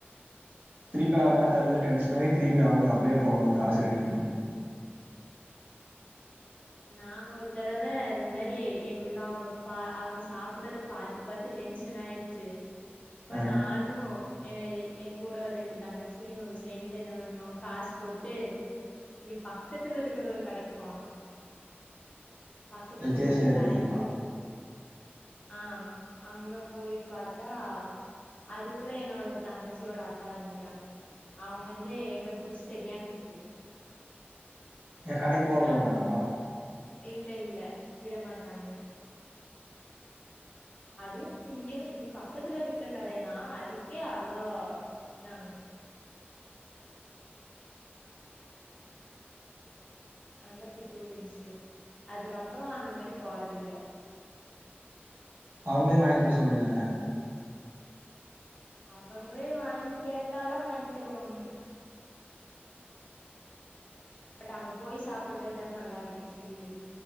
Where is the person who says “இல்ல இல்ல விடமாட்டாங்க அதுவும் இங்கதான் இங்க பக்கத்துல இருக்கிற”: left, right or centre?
Left